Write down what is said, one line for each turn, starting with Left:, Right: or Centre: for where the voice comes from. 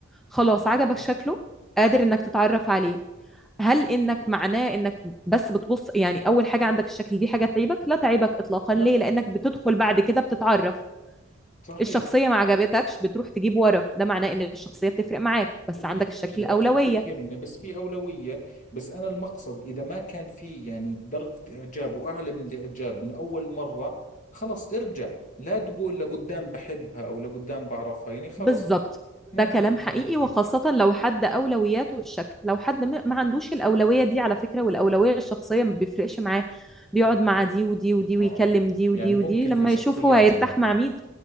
Centre: خلاص عجبك
Left: صح
Centre: شكله قادر انك تتعرف عليه هل انك معناه انك بس بتبص يعني اول حاجه عندك الشكل دي حاجه تعيبك لا تعيبك اطلاقا
Left: لا
Centre: ليه لانك بتدخل بعد كده بتتعرف
Left: صحيح
Centre: الشخصيه ما عجبتكش بتروح تجيب ورا ده معناه ان الشخصيه بتفرق معاك بس
Left: 100%
Centre: عندك الشكل اولويه
Left: أكيد بتهمنا بس في أولوية بس أنا المقصد إذا ما كان في يعني درجة إعجاب وأعلى من الإعجاب من أول مرة خلص ارجع لا تقول لقدام بحبها أو لقدام بعرفها يعني خلص
Centre: بالظبط
Left: ممكن
Centre: ده كلام
Left: تكون
Centre: حقيقي
Left: زي
Centre: وخاصة
Left: هيك
Centre: لو حد أولوياته الشكل لو حد م- ما عندوش الأولوية دي على فكرة والأولوية الشخصية ما بيفرقش معاه بيقعد مع دي ودي ودي ويكلم
Left: آه
Centre: دي
Left: يعني
Centre: ودي
Left: ممكن
Centre: ودي لما
Left: في شخصيات
Centre: يشوف هو هيرتاح
Left: زي ما بتحكي
Centre: مع مين